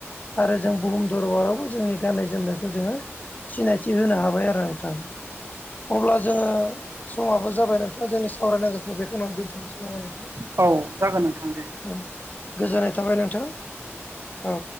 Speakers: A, on the left; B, on the right.
A: आरो जों बुहुम दरबारावबो जोंनि गाननाय जोमनायखौ जोङो सिनायथि होनो हाबाय आरो नोंथां। अब्ला जोङो समाबो जाबाय नोंथाङा जोंनि सावरायनांगौखौ बेखौनो आं दोन्थ'नोसै नामा नोंथां?
B: औ जागोन नोंथां दे।
A: ओं गोजोननाय थाबाय नोंथां। औ।